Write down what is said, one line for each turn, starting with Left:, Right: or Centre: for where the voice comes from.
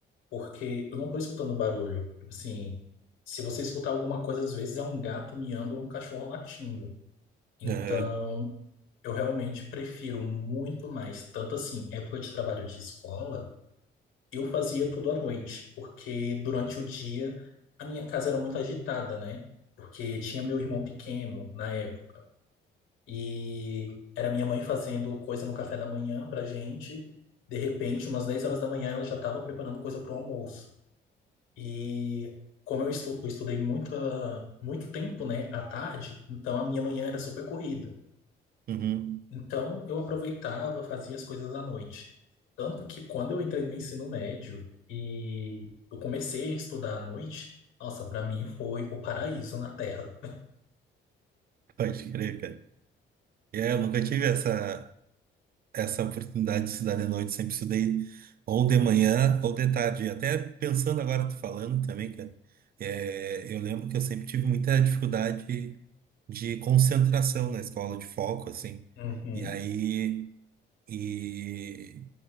Left: porque eu não tô escutando barulho. Tipo assim, se você escutar alguma coisa, às vezes é um gato miando ou um cachorro latindo. Então,
Right: Aham,
Left: eu realmente prefiro muito mais. Tanto assim, época de trabalho de escola, eu fazia tudo à noite, porque durante o dia a minha casa era muito agitada, né? Porque tinha meu irmão pequeno na época. E era minha mãe fazendo coisa no café da manhã pra gente. De repente, umas 10 horas da manhã, ela já estava preparando coisa pro almoço. E como eu, estu eu estudei muita, muito tempo, né, à tarde, então a minha manhã era super corrida.
Right: uhum.
Left: Então eu aproveitava, fazia as coisas à noite. Tanto que quando eu entrei no ensino médio e eu comecei a estudar à noite, nossa, para mim foi o paraíso na Terra.
Right: Pode crer, cara. É, eu nunca tive essa. essa oportunidade de estudar de noite, sempre estudei ou de manhã ou de tarde. Até pensando agora, tu falando também, cara, é, eu lembro que eu sempre tive muita dificuldade de concentração na escola, de foco, assim.
Left: Uhum.
Right: E aí, e